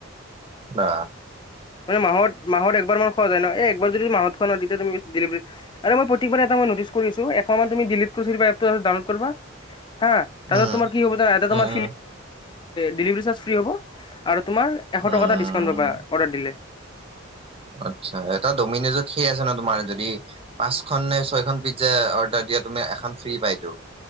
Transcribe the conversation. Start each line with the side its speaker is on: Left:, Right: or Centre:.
Right: অ।
Left: মানে মাহত মাহত এক খোৱা যায় ন এই একবাৰ যদি মাহত খোৱা ন তেতিয়া তুমি ডেলিভাৰী প্ৰতিবাৰে এটা মই নটিচ কৰিছো একমাহ মান কৃষিৰ এপটো ডাউনলোড কৰিবা। হা তাৰপছত
Right: উম
Left: তোমাৰ কি হ'ব জানা
Right: উম
Left: তোমাৰ
Right: উম
Left: ডেলিভাৰ চাৰ্জ ফ্ৰী হব আৰু তোমাৰ এশ
Right: উম,
Left: টকা এটা ডিছকাউণ্ট পাবা অৰ্ডাৰ দিলে।
Right: আচ্ছা এটা ডমিনজত সেই আছে ন তোমাৰ যদি পাঁচখন নে ছয়খন পিজ্জা। দিয়া তুমি এখন ফ্ৰী পাইতো।